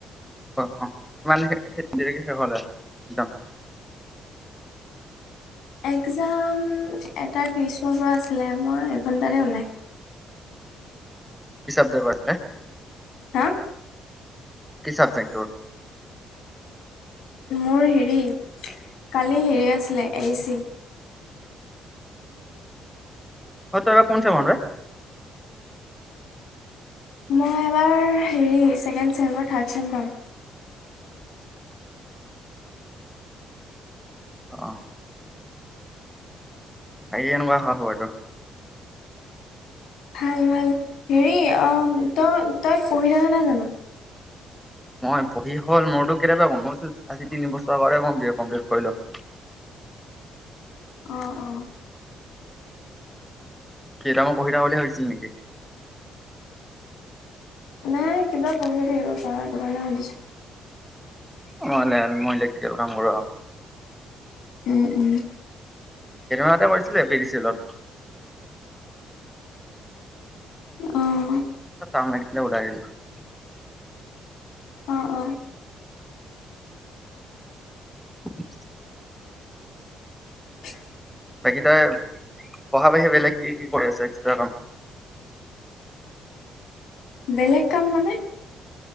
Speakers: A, in the centre; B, on the left (about 80°).
A: অ-অ তমান দেৰিকে <unintelligible> একজাম? <inaudible>
B: একজাম এটা ত্ৰিছৰ পৰা আছিলে। মই এঘণ্টাতে ওলাই
A: কি চাবজেক্টৰ আছিলে?
B: হা,
A: কি চাবজেক্টৰ
B: মোৰ হেৰি কালি হেৰি আছিলে এ ই চি।
A: অঁ তই এইবা কোন চেমৰ এ
B: মই এবাৰ হেৰি ছেকেণ্ড চেম থাৰ্ড চেম পাম
A: <inaudible> অ' বাকী কেনেকুৱা খা খবৰ তোৰ
B: ভাল-ভাল হেৰি অ তই তই পঢ়ি থকা নাই জানো
A: মই পঢ়ি হ'ল মোৰতো কেতিয়াবা গম গাইছো আজি তিন বছৰৰ কাৰ কম বি এ কমপ্লিট কৰিলো। <inaudible>
B: অ', অ'
A: কেইটা মোক পঢ়ি থাবলে ভাবিছিল নেকি?
B: নাই কিবা পঢ়িব লাগিব তাৰ কাৰণে সুধিছ
A: মই লাইনত ইলকটিকেল কাম কৰো
B: উম-উম
A: কেইদিন মানতে কৰিছিলে এপিদিছিয়েলত
B: অ'।
A: <unintelligible>
B: অ' অ'।
A: <inaudible>
B: <inaudible>
A: বাকী তই পঢ়া বাহিৰে বেলেগ কি কি কৰি আছ এক্সট্ৰা কাম। <inaudible>
B: বেলেগ কাম মানে